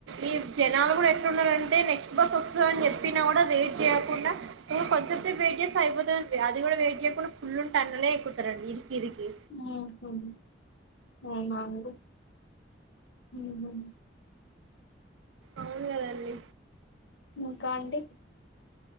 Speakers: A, on the right; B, on the left.
A: ఈ జనాలు కూడా ఎ రున్న రంటే నెక్స్ బస్ వస్తుందని చెప్పినా కూడా వెయిట్ చేయకుండా ఇంకా కొంచం సేపు వెయిట్ చేసి అయిపోతం అది కూడా వెయిట్ చేయకుండా ఫుల్లు టన్ను లే ఎక్కుతారు అందుకే ఇరికి ఇరికి
B: <unintelligible> అవునండి అండి హ్మ్ హు
A: అవును కదండి
B: మా కాడ ఉంటాయి